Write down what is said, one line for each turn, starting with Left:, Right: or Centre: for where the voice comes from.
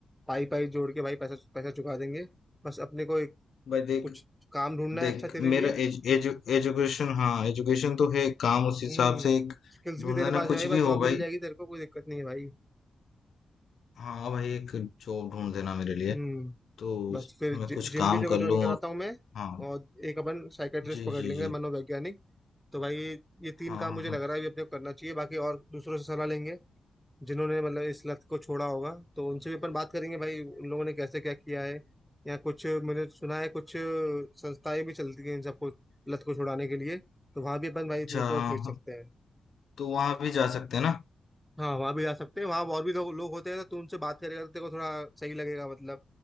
Centre: पाई पाई जोड़ के भाई पैसा पैसा चुका देंगे बस अपने को एक
Left: भाई देख
Centre: कुछ काम ढूंढना है
Left: देख
Centre: अच्छा तेरे लिए
Left: मेरा एज, एजु, एजुकेशन हाँ एजुकेशन तो है काम उस हिसाब
Centre: हम्म
Left: से एक
Centre: स्किल्स
Left: ढूंढ
Centre: भी तेरे
Left: देना
Centre: पास है
Left: कुछ
Centre: भाई बस
Left: भी
Centre: जॉब
Left: हो भाई
Centre: मिल जाएगी तेरे को कोई दिक्कत नहीं है भाई
Left: हाँ भाई एक जॉब ढूंढ देना मेरे लिए
Centre: हम्म
Left: तो
Centre: बस फिर जि,
Left: मैं कुछ
Centre: जिम
Left: काम
Centre: भी देखो
Left: कर
Centre: ज्वाइन
Left: लूँ
Centre: कराता
Left: और
Centre: हूँ मैं
Left: हाँ
Centre: और एक अपन साइकेट्रिस्ट
Left: जी
Centre: पकड़
Left: जी
Centre: लेंगे
Left: जी
Centre: मनोवैज्ञानिक तो भाई ये तीन
Left: हाँ
Centre: काम
Left: हाँ
Centre: मुझे
Left: हाँ
Centre: लग रहा है अभी अपने को करना चाहिए बाकी और दूसरों से सलाह लेंगे जिन्होंने मतलब इस लत को छोड़ा होगा तो उनसे भी अपन बात करेंगे भाई उन लोगों ने कैसे क्या किया है या कुछ मैंने सुना है कुछ संस्थाएं भी चलती हैं इन सबको लत को छुड़ाने के लिए तो वहां भी अपन भाई
Left: अच्छा
Centre: तेरे को भेज
Left: हाँ,
Centre: सकते हैं
Left: तो वहाँ भी जा सकते हैं ना
Centre: हाँ वहां भी जा सकते हैं वहां और भी लोग लोग होते हैं तो तू उनसे बात करेगा तो तेरे को थोड़ा सही लगेगा मतलब